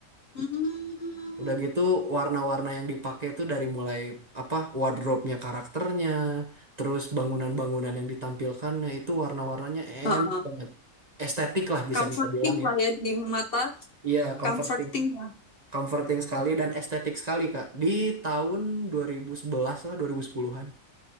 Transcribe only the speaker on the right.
Udah gitu warna-warna yang dipakai tuh dari mulai apa wardrobe-nya karakternya, terus bangunan-bangunan yang ditampilkannya itu warna-warnanya enak
banget. Estetik lah bisa
kita bilang ya.
Iya comforting,
comforting sekali dan estetik sekali Kak. Di tahun 2011 lah 2010-an.